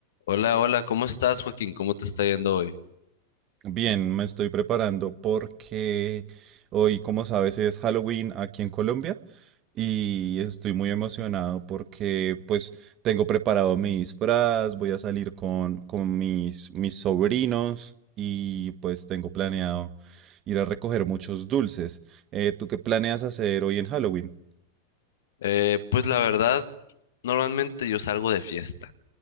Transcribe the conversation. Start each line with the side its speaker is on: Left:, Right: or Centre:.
Left: Hola, hola, ¿cómo estás, Joaquín? ¿Cómo te está yendo hoy?
Right: Bien, me estoy preparando porque hoy, como sabes, es Halloween aquí en Colombia y estoy muy emocionado porque pues tengo preparado mi disfraz, voy a salir con, con mis, mis sobrinos y pues tengo planeado ir a recoger muchos dulces. Eh, ¿tú qué planeas hacer hoy en Halloween?
Left: Eh, pues la verdad, normalmente yo salgo de fiesta,